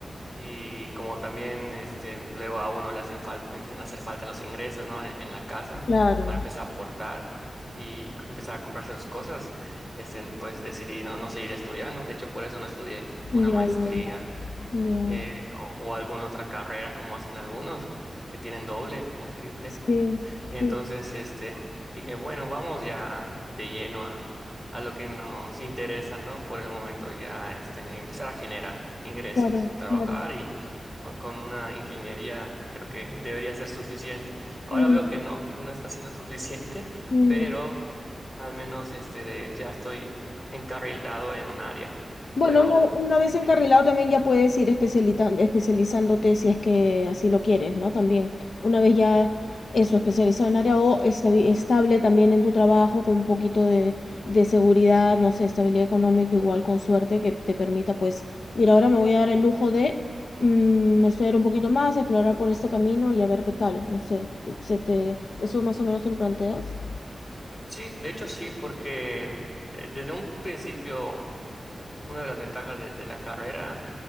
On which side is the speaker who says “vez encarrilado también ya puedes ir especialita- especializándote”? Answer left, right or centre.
Left